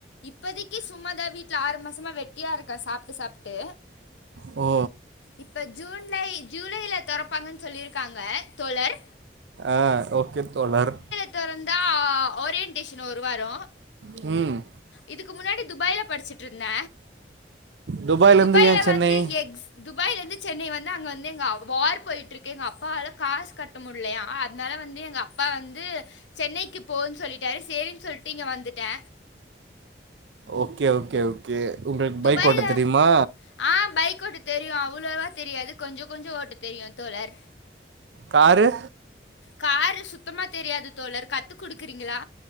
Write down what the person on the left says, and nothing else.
இப்போதிக்கி சும்மாதா வீட்ல ஆறு மாசமா வெட்டியா இருக்கே சாப்ட்டு சாப்ட்டு
இப்ப ஜுன்லை ஜூலையில தொறப்பாங்கனு சொல்லி இருக்காங்க தோழர்
த்தொறந்தா ஓரியன்டேஷன் ஒரு வாரோ
இதுக்கு முன்னாடி துபாயில படிச்சிட்டு இருந்த
துபாயில
வந்து எக்ஸ் துபாயில இருந்து சென்னை வந்து அங்க வந்து எங்க அவ் வார் போயிட்டு இர்க்கு எங்க அப்பாவால காஸ் கட்ட முடியலையா அதனால வந்து எங்க அப்பா வந்து சென்னைக்கு போனு சொல்லிட்டாரு சேரின்னு சொல்லிட்டு இங்க வந்துட்டே
துபாயில
ஆ பைக் ஓட்ட தெரியு அவ்ளோவா தெரியாது கொஞ்சோ கொஞ்சோ ஓட்ட தெரியு தோழர்
காரு சுத்தமா தெரியாது தோழர் கத்துக்குடுக்கிறீங்களா